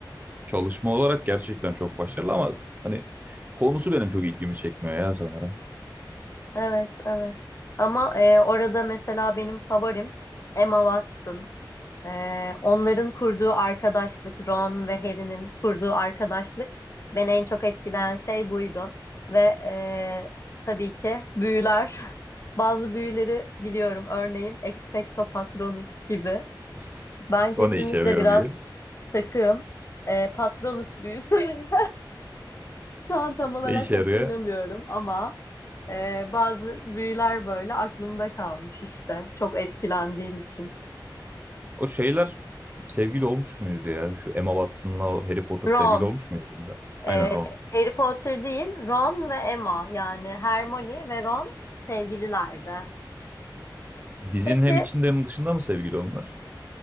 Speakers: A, on the right (about 20°); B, on the left (about 35°).
A: çalışma olarak gerçekten çok başarılı ama hani konusu benim çok ilgimi çekmiyor ya sanırım.
B: Evet, evet. Ama e, orada mesela benim favorim Emma Watson. Ee, onların kurduğu arkadaşlık, Ron ve Harry'nin kurduğu arkadaşlık beni en çok etkileyen şey buydu. Ve e, tabii ki büyüler. <laughs> Bazı büyüleri biliyorum. Örneğin Expecto Patronus gibi.
A: <laughs>
B: Ben kesinlikle
A: O ne işe yarıyor
B: biraz
A: bir?
B: takığım. Ee, Patronus büyüsü. <laughs> Şu an tam olarak
A: Ne işe
B: hatırlamıyorum
A: yarıyor?
B: ama e, bazı büyüler böyle aklımda kalmış işte. Çok etkilendiğim için.
A: O şeyler sevgili olmuş muydu ya? Şu Emma Watson'la o Harry Potter
B: Ron.
A: sevgili olmuş muydu filmde?
B: Ee,
A: Aynen Ron.
B: Harry Potter değil, Ron ve Emma yani Hermione ve Ron sevgililerdi.
A: Dizinin
B: Peki,
A: hem içinde hem dışında mı sevgili onlar?